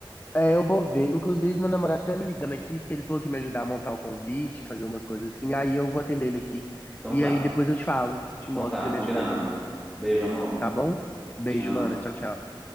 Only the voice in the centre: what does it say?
Então
tá.
Então
tá,
combinado.
Beijo, amor.
Tchau.